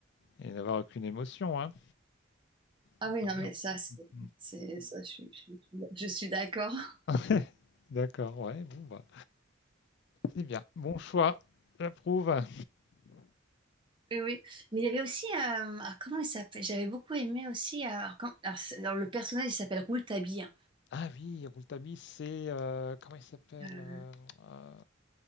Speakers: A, on the left (about 60°); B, on the right (about 25°).
A: et n'avoir aucune émotion, hein.
B: Ah
A: C'est
B: oui,
A: pas
B: non,
A: bien.
B: mais ça, c'est,
A: Mhm.
B: c'est- ça, je, suis je suis- je suis d'accord. <laughs>
A: <laughs> D'accord, ouais, bon, bah, c'est bien. Bon choix, j'approuve.
B: Oui, oui. Mais il y avait aussi, euh, ah, comment il s'appelle? J'avais beaucoup aimé aussi, euh, alors, quand- alors, c'est- alors, le personnage, il s'appelle Rouletabille.
A: Ah oui, Rouletabille, c'est euh, comment il s'appelle
B: Euh,
A: euh, euh,